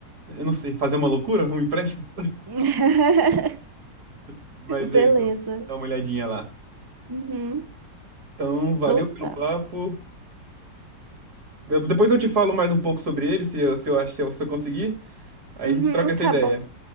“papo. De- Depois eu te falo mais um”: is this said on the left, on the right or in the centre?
Right